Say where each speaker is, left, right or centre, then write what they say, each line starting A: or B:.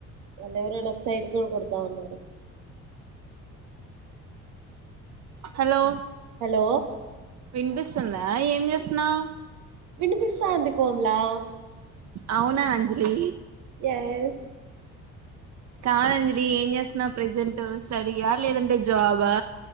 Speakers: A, on the right (about 80°); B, on the right (about 60°).
A: వాళ్ళు ఎవరో నాకు సైట్ కూడా కొడతా ఉన్నారు
B: హలో
A: హలో
B: వినిపిస్తుందా ఏం చేస్తున్నావు
A: వినిపిస్తాందికోంలా
B: అవునా అంజలి
A: ఎస్
B: కాదంజలి ఏం చేస్తున్నా ప్రజెంట్ స్టడీయా లేదంటే జాబా